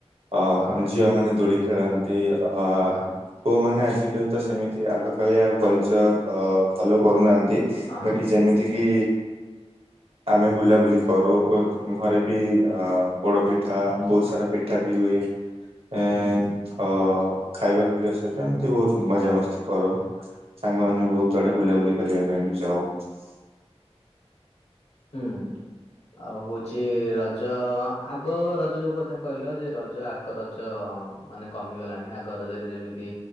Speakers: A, on the right (about 60°); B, on the left (about 75°).
A: ଅ
B: ହଁ
A: ଝିଅମାନେ ଦୋ ଳି ଖେଳନ୍ତି ଅ
B: ହଁ
A: ପୁଅ ମାନେ ଆଲି ତ ସେମିତି ଆଗ କାଳିଆ ଆଉ କଲଚର ଅ ଫଲୋ କରୁନାହାନ୍ତି
B: ହଁ
A: ବାକି ଯେମିତି କି ଆମେ ବୁଲାବୁଲି କରୁ ଓ ଘରେ ବି ଅ ପୋଡ ପିଠା ବହୁତ ସାରା ପିଠା ବି ହୁଏ। ଏ ଅ
B: ହୁଁ
A: ଖାଇବା ପିଇବା ସହିତ ଏମିତି ବହୁତ ମଜାମସ୍ତି କରୁ ସାଙ୍ଗ ମାନେ ବହୁତ ଜୁଡେ ବୁଲାବୁଲି କରିବା ପାଇଁ। ବି ଯାଉ।
B: ହୁଁ। ଆଉ ହଉଚି ରଜ ଆଗ ରଜ ଯୋଉ କଥା କଇଲ ଯେ ରଜ ଆଗ ରଜ ମାନେ କମିଗଲାଣି ଆଗ ରଜରେ ଯେମିତି